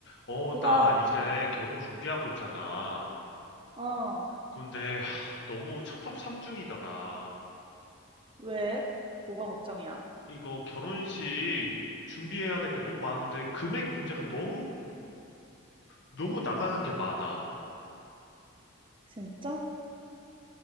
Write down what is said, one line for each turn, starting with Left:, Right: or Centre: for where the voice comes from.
Left: 어,
Right: 뭐가,
Left: 나 이제 결혼 준비하고 있잖아.
Right: 어,
Left: 근데 하, 너무 첩첩산중이더라.
Right: 왜? 뭐가 걱정이야?
Left: 이거 결혼식 준비해야 될 게 너무 많은데 금액 문제가 너무 너무 나가는 게 많아.
Right: 진짜?